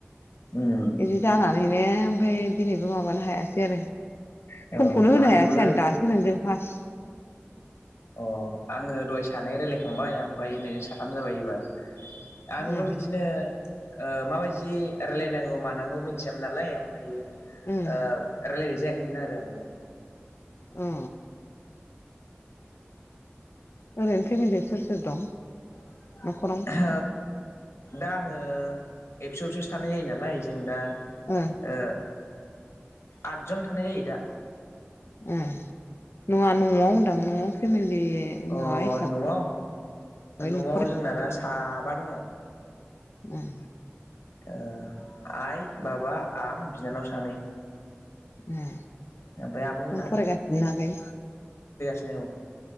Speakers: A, on the left; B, on the left.
A: उम
B: बिदि जाना बानाय ओमफ्राय दिनैबो माबानो हायासै आरो
A: औ
B: समखौनो होनो
A: आंबो
B: हायासै आं दासो नोंदों बास
A: अ आङो दहाय सानै रायलायखांबाय। ओमफ्राय नोंजों साथाम जाबाय एबार। आंबो
B: उम
A: बिदिनो माबायदि रायलायनांगौ मानांगौ मिथियामोन नालाय ओमफ्रायो ओ
B: उम
A: रायलायनाय जायाखै खौमोन आरो आंबो।
B: औ ओरैनो फेमिलिया सोर सोर दं?
A: ओहो
B: न'खराव
A: दा आङो एबसु आवसो थानाय जायो नालाय जों दा।
B: ओं
A: ओ आदजन थानाय जायो दा।
B: ओम नङा न'आव होनदां न'आव फेमिलि।
A: अ
B: माबा हिसाबै
A: न'आव न'आव
B: न'खर
A: जोंना दा साब बा दङ।
B: <inaudible>
A: ओ आइ बाबा आं बिनानाव सानै।
B: ओम नों
A: ओमफ्राय आब'मोना
B: फरायगासिनो आगै?
A: <unintelligible>